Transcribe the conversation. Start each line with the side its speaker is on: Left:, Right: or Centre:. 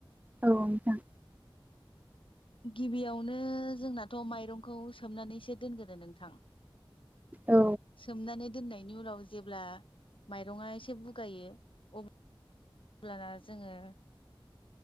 Right: औ नोंथां
Left: गिबियावनो जोंनाथ' माइरंखौ सोमनानैसो दोनगोरो नोंथां
Right: औ
Left: सोमनानानै दोननायनि उनाव जेब्ला माइरङा एसे बुगायो अब्ला अब्लाना जोङो